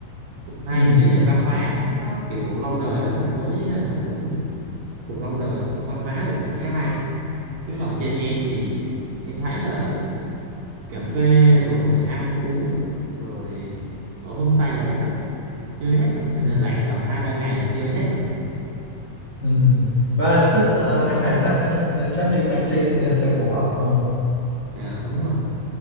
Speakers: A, on the right; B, on the left.
A: cũng hay
B: ừm,
A: dưới này văn hóa nó kiểu cũng lâu đời đó thành phố dưới này nó cũng cũng lâu đời cũng văn hóa cũng nhiều cái hay chứ còn trên em thì em thấy là cà phê rồi ăn uống rồi ở homestay là hết rồi chơi hết rồi ở
B: ừm,
A: Đà Lạt tầm hai ba ngày là chơi hết rồi
B: ừm. và anh thích
A: được
B: ờ,
A: cái
B: ăn
A: nó
B: hải sản nữa nên chắc đi Phan Thiết thì nó sẽ phù hợp hơn
A: Dạ, đúng rồi